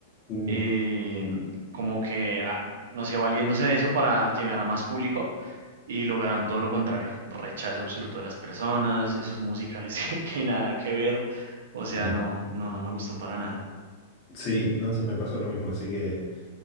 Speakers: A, on the left; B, on the right.
A: Mm,
B: Eh, como que, ah, no sé, valiéndose de eso para llegar a más público y lograron todo lo contrario, rechazo absoluto de las personas, esos musicales <laughs> que, que nada que ver, o sea,
A: claro.
B: no, no, no me gustó para nada.
A: Sí, no, sí me pasó lo mismo, así que...